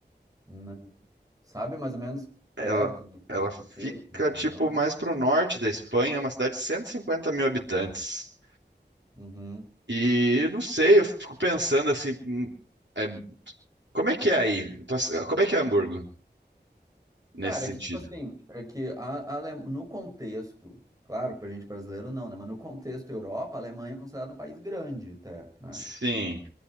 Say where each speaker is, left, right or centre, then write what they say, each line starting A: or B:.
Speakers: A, on the right; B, on the right.
A: Não. Sabe mais ou menos
B: Ela,
A: perto do,
B: ela
A: do
B: fica
A: quê? Que região?
B: tipo mais para o norte da Espanha, é uma cidade de 150 mil habitantes.
A: Uhum.
B: E eu não sei, eu fico pensando assim, hum, é, como é que é aí? Tua ci- Como é que é Hamburgo nesse
A: Cara,
B: sentido?
A: é que tipo assim, é que a, a Ale- no contexto, claro, pra gente brasileiro não, né? Mas no contexto Europa, a Alemanha é considerada um país grande até, né?
B: Sim,